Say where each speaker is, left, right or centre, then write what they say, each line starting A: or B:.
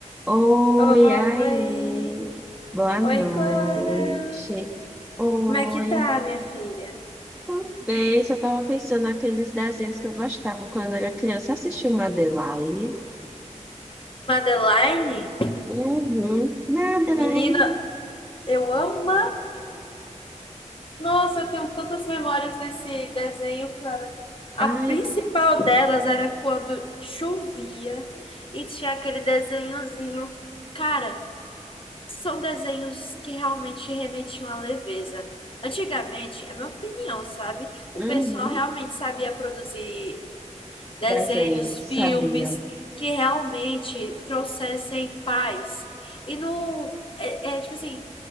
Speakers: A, in the centre; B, on the left.
A: Oi,
B: Oi,
A: aí. Boa noite.
B: oi Clara.
A: Oi.
B: Como é que tá, minha filha?
A: Tudo bem? Só tava pensando naqueles desenhos que eu gostava quando era criança. Assistiu Madeline?
B: Madeline?
A: Uhum. Madeline.
B: Menina, eu amo. Nossa, eu tenho tantas memórias desse desenho, Clara. A
A: Ai,
B: principal delas era quando chovia e tinha aquele desenhozinho. Cara, são desenhos que realmente remetiam à leveza. Antigamente, é minha opinião, sabe? O
A: uhum.
B: pessoal realmente sabia produzir desenhos,
A: Desenho, sabia.
B: filmes que realmente trouxessem paz e não é, é, tipo assim,